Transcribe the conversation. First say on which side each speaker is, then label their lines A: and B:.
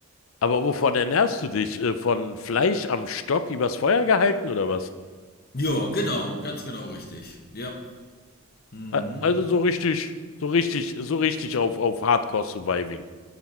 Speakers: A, on the left; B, on the left.
A: Aber wovon ernährst du dich? Äh, Von Fleisch am Stock übers Feuer gehalten oder was?
B: Ja, genau, ganz genau richtig. Ja. Mhm.
A: A- Also so richtig, so richtig, so richtig auf, auf Hardcore Surviving.